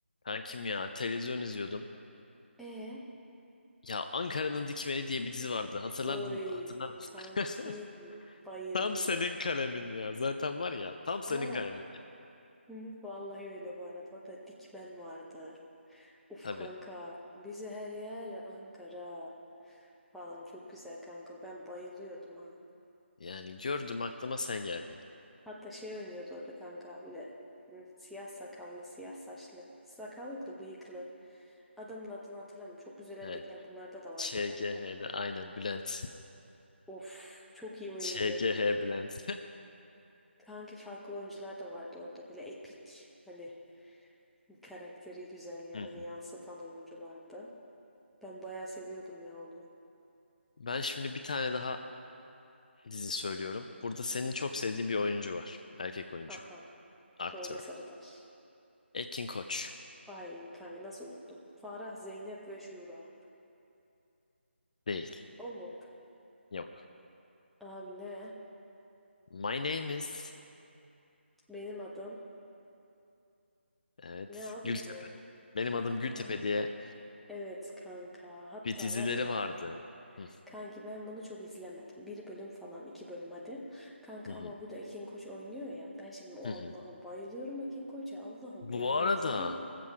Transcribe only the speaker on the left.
Kankim ya televizyon izliyordum.
Ya Ankara'nın Dikmeni diye bir dizi vardı. Hatırlardın,
hatırlar mısın?
<laughs>
Tam senin kalemin ya. Zaten var ya tam senin
kalemin ya.
Tabii.
Yani gördüm aklıma sen geldin.
Evet.
ÇGH'de
aynen Bülent.
ÇGH Bülent.
<laughs> Hı hı.
Ben şimdi bir tane daha dizi söylüyorum. Burada senin
çok sevdiğin bir oyuncu var. Erkek oyuncu.
Aktör.
Ekin Koç.
Değil.
Yok.
My name is...
Evet.
Gültepe.
Benim
adım Gültepe diye
Bir dizileri
vardı. Hı,
hı,
hı,
hı, hı.
Bu
arada